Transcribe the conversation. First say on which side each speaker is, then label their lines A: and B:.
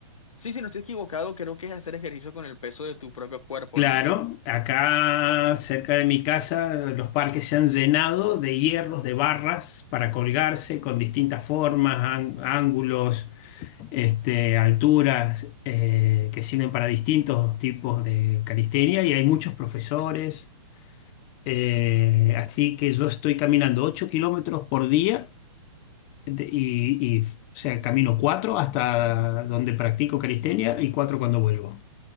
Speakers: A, on the left (about 85°); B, on the left (about 30°).
A: Sí, si no estoy equivocado, creo que es hacer ejercicio con el peso de tu propio cuerpo,
B: Claro,
A: ¿no?
B: acá cerca de mi casa los parques se han llenado de hierros, de barras para colgarse con distintas formas, án- ángulos, este, alturas, eh, que sirven para distintos tipos de calistenia y hay muchos profesores. Eh, así que yo estoy caminando 8 kilómetros por día de- y, y, o sea, camino 4 hasta donde practico calistenia y 4 cuando vuelvo.